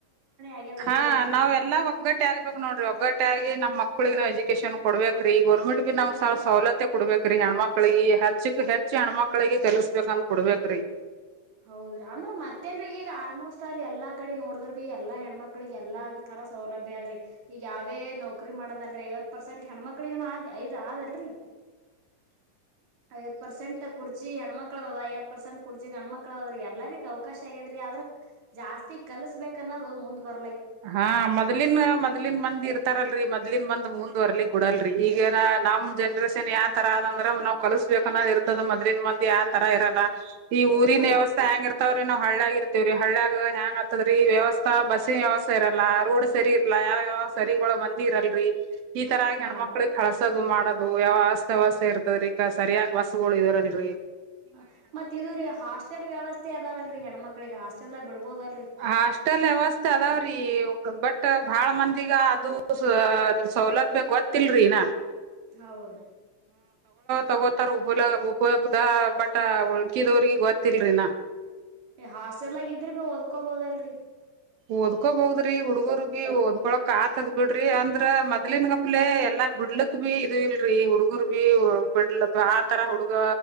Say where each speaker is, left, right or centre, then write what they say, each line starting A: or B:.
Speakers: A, on the right; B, on the right.
A: ಆಗ್ಯದತ್ತಿರೇನಿಲ್ರಿ
B: ಹಾ ನಾವ್ ಎಲ್ಲಾ ಒಗ್ಗಟ್ ಆಗ್ಬೇಕು ನೋಡ್ರಿ ಒಗ್ಗಟ್ ಆಗಿ ನಮ್ ಮಕ್ಳಗ್ ಎಜು ಕೇಶನ್ ಕೊಡ್ಬೇಕ್ರಿ ಗೌರ್ಮೆಂಟ್ ಬಿ ನಾವ್ ಸ ಸೌಲತೆ ಕೊಡ್ಬೇಕ್ರಿ ಹ ಹೆಣ್ಮಕ್ಳಿಗೆ ಹೆಚ್ಚಕ್ ಹೆಚ್ಚ ಹೆಣ್ಮಕ್ಳಿಗೆ ಕೆಲ್ಸ್ಬೇಕಂತ ಕೊಡ್ಬೇಕ್ರೀ.
A: ಹೌದ್ರಿ ಅಂದ್ರ ಮತ್ತೇನ್ರಿ ಈಗ ಆಲ್ಮೋಸ್ಟ್ ಅಲ್ ಎಲ್ಲಾ ಕಡೆ ನೋಡದ್ರ ಬಿ ಎಲ್ಲಾ ಹೆಣ್ಮಕ್ಳಗ್ ಎಲ್ಲಾ ತರ ಸೌಲಭ್ಯ ಆದ್ರಿ ಈಗ್ ಯಾವ್ದೇ ನೌಕ್ರರಿ ಮಾಡದಲ್ರಿ ಐವತ್ ಪರ್ಸೆಂಟ್ ಹೆಣ್ಮಕ್ಳಿಗ್ ಆದ್ ಐದ್ ಆದಲ್ರಿ, ಐವತ್ ಪರ್ಸೆಂಟ್ ಕುರ್ಚಿ ಹೆಣ್ಮಕ್ಳದದ ಐವತ್ ಪರ್ಸೆಂಟ್ ಕುರ್ಚಿ ಗಂಡ್ಮಕ್ ಕಳ್ದ್ರಿ ಎಲ್ಲರಿಗ್ ಅವ್ಕಾಶ ಆಗ್ಯಾದ್ರಿ ಆದ್ರ ಜಾಸ್ತಿ ಕಲ್ಸ್ಬೇಕ್ ಅನ್ನೋದ್ ಮುಂದ್ ಬರ್
B: ಹಾ ಮೊದ್ಲಿನ್ ಮೊದ್ಲಿನ್ ಮಂದ್ ಇರ್ತಾರಲ್ರಿ ಮೊದ್ಲಿನ್ ಬಂದ್ ಮುಂದ್ ಇದು ಅರ್ಲಿ ಕೊಡಲ್ರಿ ಈಗೆನ ನಮ್ ಜನ್ರೇಷನ್ ಯಾವ್ ತರ ಅದಂದ್ರ ನಾವ್ ಕಲಸ್ಬೇಕನ್ನ್ ಇರ್ತದ ಮೊದ್ಲಿನ್ ಮಂದಿ ಯಾವ್ ತರ ಇರಲ್ಲ. ಈ ಊರಿನ್
A: ಹಾ
B: ವ್ಯವಸ್ತ ಹೆಂಗ್ ಇರ್ತವ್ರೀ ನಾವ್ ಹಳ್ಳಗ್ ಇರ್ತಿವ್ರಿ ಹಳ್ಳ ಹೆಂಗ್ ಆತದ ರೀ ವ್ಯವಸ್ಥಾ ಬಸ್ಸಿನ್ ವ್ಯವಸ್ಥಾ. ಸರಲ್ಲಾ ರೋಡ್ ಸರಿ ಇಲ್ಲಾ ಯಾವ್ಯಾವ ಸರಿಗುಳ ಮಂದಿ ಇರಲ್ರಿ. ಹ ತರಾಗ್
A: ಹಾ
B: ಹೆಣ್ಮಕ್ಳಿಗ್ ಕಳ್ಸದ್ ಇದು ಮಾಡದು ಯಾವ ಆಸ್ತ ವಸೆ ಇರ್ತದ್ರಿ ಕ ಈಗ ಸರಿಯಾಗ್ ಬಸ್ಸುಗುಳ್ ಇದ್ರಲ್ರಿ.
A: ಹ ಮತ್ತ ಇದು ರರಿ ಹಾಸ್ಟೆಲ್ ವ್ಯವಸ್ಥೆ ಅದಾವಲ್ರಿ ಹೆಣ್ಮಕ್ಳಿಗೆ ಹಾಸ್ಟೆಲ್ ಬಿಡ್ಬೋದಲ್ರರಿ
B: ಹಾಸ್ಟೆಲ್ ವ್ಯವಸ್ಥೆ ಅದಾವ್ರಿ ಬಟ್ ಬಾಳ ಮಂದಿಗ ಅದು ಸೌಲಭ್ಯ ಗೊತ್ತಿಲ್ರೀನಾ
A: ಹೌದ್ರೀ
B: ತಗೋತಾರ ಉಬಲ ಉಬೋಗದ ಬಟ ಉಳ್ಕಿದವ್ರಿಗೆ ಗೊತ್ತಿಲ್ರಿನಾ
A: ಹಾಸ್ಟೆಲ್ ಆಗಿದ್ರ ಬಿ ಓದ್ಕೋಬೋದಲ್ರರಿ
B: ಓದ್ಕೊಬಹದ್ರಿ ಹುಡ್ಗರ್ ಭಿ ಓದ್ೊಳಕ್ ಆತದ್ ಬಿಡ್ರಿ ಅಂದ್ರ ಮೊದ್ಲನ್ಗಪ್ಲೆ ಎಲ್ಲಾ ಬಿಡ್ಲಕ್ ಬಿೀ ಇದು ಇಲ್ರಿ ಹುಡ್ಗರ್ ಭೀ ಬಿಡ್ಲ ಆತರ ಹುಡುಗ